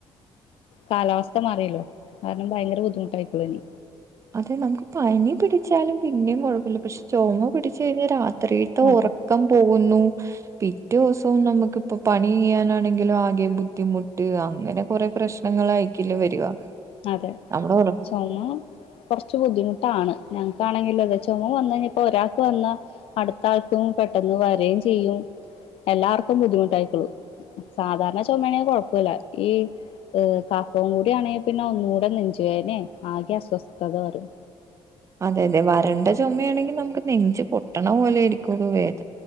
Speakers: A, on the left; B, on the right.
A: കാലാവസ്ഥ മാറിയല്ലോ അത് കാരണം ഭയങ്കര ബുദ്ധിമുട്ടായിക്കോളും ഇനി
B: അതെ നമുക്ക് പനി പിടിച്ചാലും പിന്നെയും കുഴപ്പമില്ല പക്ഷേ ചുമ പിടിച്ചാൽ രാത്രിയിതെ
A: അതെ
B: ഉറക്കം പോകുന്നു പിറ്റേദിവസം നമുക്ക് പണി ചെയ്യാനാണെങ്കിലും ആകെ ബുദ്ധിമുട്ട് അങ്ങനെ കുറെ പ്രശ്നങ്ങളായിക്ക വരിക
A: അതെ
B: നമ്മുടെ ഉറ
A: ചൊമ കുറച്ചു ബുദ്ധിമുട്ടാണ് ഞങ്ങൾക്കാണെങ്കിൽ ചുമ വന്നു കഴിഞ്ഞാൽ ഇപ്പോൾ ഒരാൾക്ക് വന്നാൽ അടുത്ത ആൾക്ക് പെട്ടെന്ന് വരികയും ചെയ്യും എല്ലാവർക്കും ബുദ്ധിമുട്ടായിക്കോളും സാധാരണ ചുമയാണെങ്കിൽ കുഴപ്പമില്ല ഈ കഫം കൂടി ആണെങ്കിൽ പിന്നെ ഒന്നും കൂടെ നെഞ്ച് വേദനയും ആകെ അസ്വസ്ഥതവരും
B: അതെ അതെ വരണ്ട ചുമ യാണെങ്കിൽ നമുക്ക് നെഞ്ച് പൊട്ടണ പോലെ ആയിരിക്കും വേദ